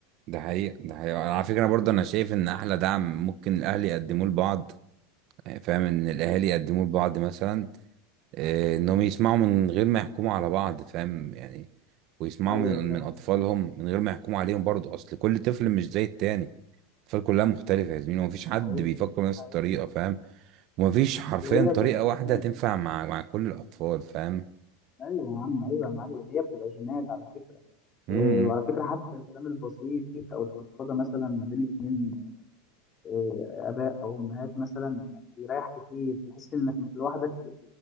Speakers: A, on the right (about 50°); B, on the left (about 30°).
A: ده حقيقة ده حقيقة أنا على فكرة أنا برضه أنا شايف إن أحلى دعم ممكن الأهل يقدموه لبعض فاهم إن الأهالي يقدموه لبعض مثلا آه، إنهم يسمعوا من غير ما يحكموا على بعض فاهم يعني ويسمعوا
B: ايوه
A: من
B: فاهم
A: من أطفالهم من غير ما يحكموا عليهم برضه أصل كل طفل مش زي التاني الأطفال كلها مختلفة يا زميلي ومفيش
B: ده
A: حد
B: حقيقي
A: بيفكر
B: ده
A: بنفس
B: حقيقي
A: الطريقة فاهم ومفيش حرفيا
B: بس هي بتبقى
A: طريقة واحدة
B: جينات
A: تنفع مع مع كل الأطفال فاهم
B: ايوه يا عم ايوه يا معلم هي بتبقى جينات على فكرة
A: امم
B: و-
A: امم.
B: وعلى فكرة حتى الكلام البسيط أو الفضفضة مثلا ما بين اتنين آه، آباء أو أمهات مثلا يعني بيريح كتير تحس إنك مش لوحدك في